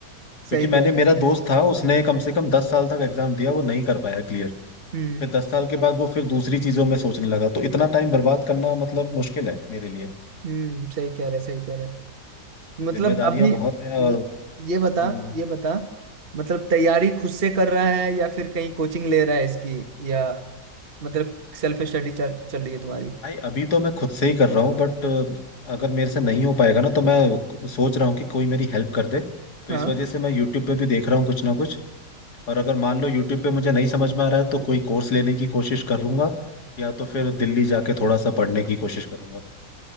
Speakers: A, on the left; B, on the right.
A: क्योंकि
B: सही
A: मैंने
B: कह
A: मेरा दोस्त था उसने कम से कम दस साल तक एग्जाम दिया वो नहीं कर पाया क्लियर
B: रहे हम्म
A: फिर दस साल के बाद वो फिर दूसरी चीजों में सोचने लगा तो इतना टाइम बर्बाद करना मतलब मुश्किल है मेरे लिए
B: हम्म सही कह रहे सही कह रहे मतलब
A: जिम्मेदारियां
B: अभी
A: बहुत हैं और
B: ये, ये बता
A: हम्म,
B: ये बता मतलब तैयारी खुद से कर रहा है या फिर कहीं कोचिंग ले रहा है इसकी या मतलब सेल्फ स्टडी चल चल रही है तुम्हारी
A: भाई अभी तो मैं खुद से ही कर रहा हूँ बट अगर मेरे से नहीं हो पाएगा ना तो मैं सोच रहा हूँ कि कोई मेरी हेल्प कर दे तो
B: हाँ
A: इस वजह से मैं यूट्यूब पे भी देख रहा हूँ कुछ ना कुछ और अगर मान लो यूट्यूब पे मुझे नहीं समझ में आ रहा है तो कोई कोर्स लेने की कोशिश करूंगा या तो फिर दिल्ली जाके थोड़ा सा पढ़ने की कोशिश करूंगा